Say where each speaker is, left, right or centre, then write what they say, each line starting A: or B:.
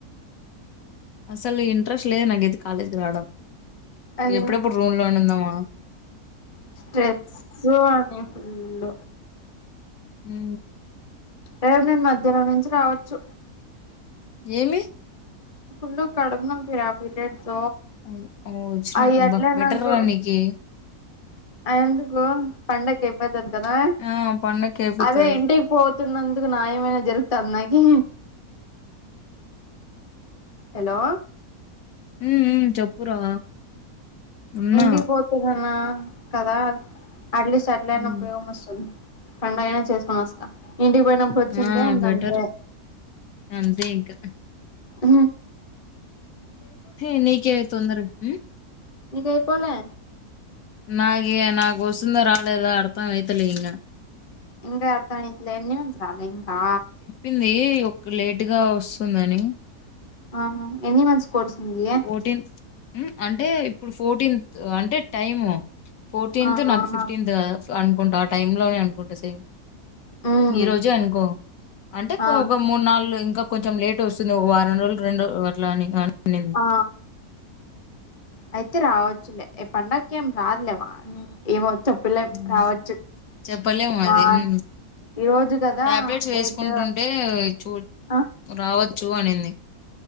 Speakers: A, on the left; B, on the left.
A: అసలు ఇంట్రెస్ట్ లేదు నాకైతే కాలేజ్ కి రావడం
B: అదే
A: ఎప్పుడెప్పుడు రూమ్ లోనే ఉందమ
B: స్ట్రెసు అని ఫుల్
A: హు
B: రేపు నేను మధ్యానం నుంచి రావచ్చు
A: ఏమి
B: ఫుల్ కడుపు నొప్పి రా పిరియడ్స్
A: అయ్, ఓ వచ్చిన
B: అవి
A: అబ్బా
B: అట్లే
A: బెటర్
B: నాకు
A: రా నీకి
B: ఎందుకో పండక్కి <inaudible> కదా
A: ఆ పండక్కి అయిపోతది
B: అదే ఇంటికి పోతున్నందుకు న్యాయమైన జరుగు <unintelligible> హలో
A: ఊ ఊ చెప్పురా ఉన్నా
B: ఇంటికి పోతుగన కదా అట్లీస్ట్ అట్లైనా
A: ఉమ్
B: ఉపయోగం వస్తది పండగైనా చేసుకొని వస్తా ఇంటికి పోయినపుడు వచ్చివుంటే
A: ఆ
B: ఇంకా
A: బెటర్
B: అంతే
A: అంతే ఇంకా
B: ఊ
A: హె నీకే తొందర ఉ
B: నీకైపోలే
A: నాగే నాకు వస్తుంద రాలేదా అర్ధం అయితలే ఇగ
B: ఇంకా అర్ధమైతలే ఎన్ న్యూన్స్ రాలె ఇంకా
A: ఏంది ఒక లేటుగా వస్తుందని
B: ఆహ ఎన్ని మంత్స్ కోర్స్ నీది
A: ఫోర్టీన్త్ ఉ అంటే ఇప్పుడు ఫోర్టీన్త్ అంటే టైము ఫోర్టీన్త్
B: ఆ
A: నాకు
B: ఆహా
A: ఫిఫ్టీన్త్ కదా అనుకుంటా ఆ టైమ్ లో నేన్ గుంట సే
B: హ్మ్
A: ఈ రోజు అనుకో అంటే
B: ఆ
A: ఒక మూడు నాలుగు ఇం ఇంకా కొంచెం లేట్ వస్తుంది ఒక వారం రోజులు రెండు అట్ల అని అనింది
B: ఆ అయితే రావచ్చులే ఏ పండక్ ఇకేం రాదు లేమ్మా ఊ ఏమో చెప్పులేం
A: హ్మ్.
B: రావచ్చు
A: చెప్పలేము అది
B: వా
A: ఊ
B: ఈ రోజు కదా
A: టాబ్లెట్స్ వేసుకుంటుంటే
B: డేట్
A: చూడ్
B: ఆ
A: రావద్ చూ అనింది